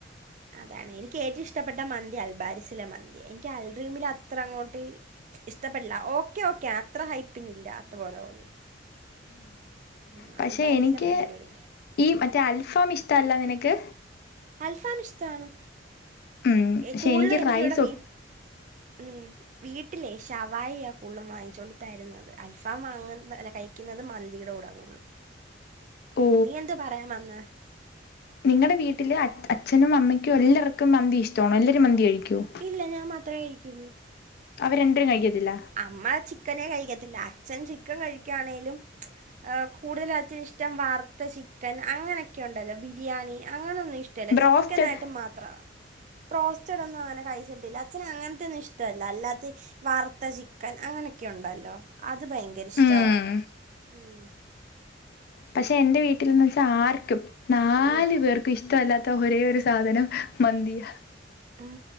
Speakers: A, on the right; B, on the left.
A: അതാണ് എനിക്ക് ഏറ്റവും ഇഷ്ടപ്പെട്ട മന്തി അൽബാരിസിലെ മന്തി എനിക്ക് അൽറീമിൽ അത്ര അങ്ങോട്ട് ഇഷ്ടപ്പെടില്ല ഓക്കെ ഓക്കെ അത്ര ഹൈപ്പിങ് ഇില്ല അത്പോലെ തോന്നി ഉം,
B: പക്ഷേ
A: അൽബാരിസിലെ
B: എനിക്ക്
A: മന്തി അടിപൊളി
B: ഈ മറ്റേ അൽഫാം ഇഷ്ടമല്ല നിനക്ക്
A: അൽഫാം ഇഷ്ടാണ്
B: ഉം പക്ഷെ
A: കൂടുതലും
B: എനിക്ക്
A: എനിക്
B: റൈസ്
A: വിടെ വീ
B: ഒ
A: ഉം വീട്ടിലെ ശഷവായിയ കൂളതും വാങ്ങിച്ചോണ്ട് തരുന്നത് അൽഫാം വാങ്ങുന്നല്ല കഴിക്കുന്നത് മന്തിയുടെ കൂടെ കൂടുതലും
B: ഓ
A: നീ എന്ത് പറയാൻ വന്ന
B: നിങ്ങളുടെ വീട്ടില് അച്ഛനും അമ്മയ്ക്കും എല്ലാർക്കും മന്തി ഇഷ്ടണോ എല്ലാരും മന്തി കഴിക്കുവോ
A: ഇല്ല ഞാൻ മാത്രമേ കഴിക്കുള്ളൂ
B: അവര് രണ്ടരും കഴിയത്തില്ല
A: അമ്മ ചിക്കനെ കഴിക്കത്തില്ല അച്ഛൻ ചിക്കൻ കഴിക്കാണേലും കൂടുതലാച്ഛന് ഇഷ്ടം വറുത്ത ചിക്കൻ അങ്ങനെയൊക്കെ ഉണ്ടല്ലോ ബിരിയാണി അങ്ങനെയൊന്നും ഇഷ് ട്ടല്ല
B: ബ്രോസ്റ്റഡ്
A: ചിക്കനായിട്ട് മാത്ര പ്രോസ്റ്റഡ് ഒന്നും അങ്ങനെ കഴിച്ചിത്തില്ല അചന് അങ്ങനത്തെൊന്നും ഇഷ്ടമല്ല അല്ലാതെ വർ വറുത്ത ചിക്കൻ അങ്ങനൊക്കെയുണ്ടല്ലോ അത് ഭയങ്കര ഇഷ്ട്ടവാ
B: ഉം
A: ഉം
B: പക്ഷെ എന്റെ വീട്ടിൽന്ന് വെച്ചാ ആർക്കും നാല്
A: ഉം.
B: പേർക്കും ഇഷ്ടവല്ലാത്ത ഒരേ ഒരു സാധനം മന്തിയാ <inaudible>
A: ഉം